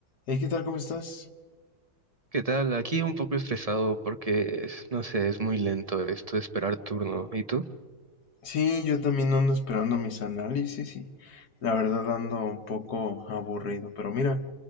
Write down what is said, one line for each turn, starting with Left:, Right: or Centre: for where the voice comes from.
Left: Hey, ¿qué tal? ¿Cómo estás?
Right: ¿Qué tal? Aquí un poco estresado porque, es- no sé, es muy lento esto de esperar turno. ¿Y tú?
Left: Sí, yo también ando esperando mis análisis y la verdad ando un poco aburrido. Pero mira,